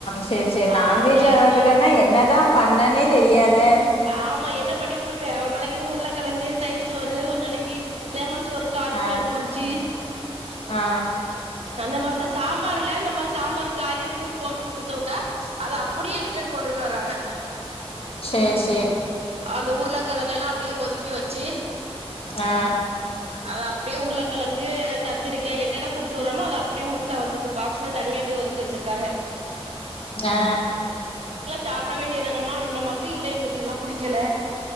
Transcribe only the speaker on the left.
செர் செர்
நான்வெஜ்
அலோடிலன்னா
என்னதா பண்ணனே தெரியாத் வே
ஆ
ஆ
சேர் சே
ஆ
ஆ